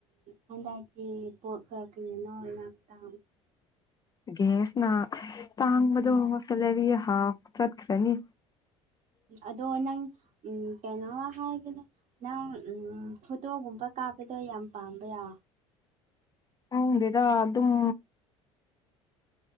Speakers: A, on the right; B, on the left.
A: ꯍꯟꯗꯥꯇꯤ ꯄꯅꯣ ꯂꯥꯛ ꯇꯦ
B: ꯒ꯭ꯦꯁꯅ ꯑ ꯇꯥꯡꯕꯗꯣ
A: ꯎꯝ
B: ꯁꯦꯂꯔꯤ ꯍꯥꯐ ꯆꯠꯈ꯭ꯔꯅꯤ
A: ꯑꯗꯣ ꯅꯪ ꯎꯝ ꯀꯩꯅꯣꯝ ꯍꯥꯏꯒꯦꯅꯦ ꯅꯪ ꯎꯝ ꯐꯣꯇꯣꯒꯨꯝꯕ ꯀꯥꯞꯄꯗꯣ ꯌꯥꯝ ꯄꯥꯝꯕꯔꯥ
B: ꯈꯪꯗꯦꯗ ꯑꯗꯨꯝ